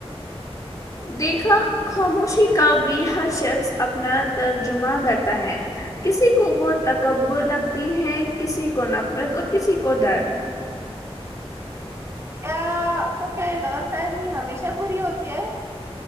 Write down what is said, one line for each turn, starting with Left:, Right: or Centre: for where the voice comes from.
Left: دیکھا خاموشی کا بھی ہر شخص اپنا ترجمہ کرتا ہے کسی کو وہ تکبر لگتی ہے کسی کو نفرت اور کسی کو درد
Right: کیا تو کیا غلط فہمی ہمیشہ بری ہوتی ہے